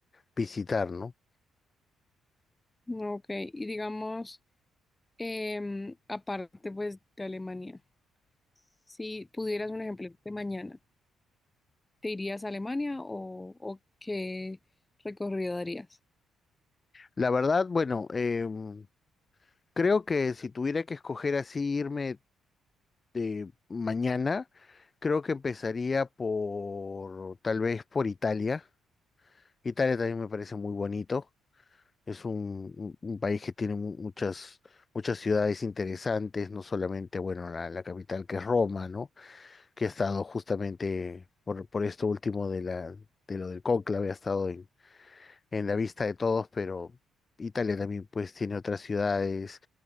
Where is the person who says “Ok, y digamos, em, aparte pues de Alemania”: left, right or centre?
Left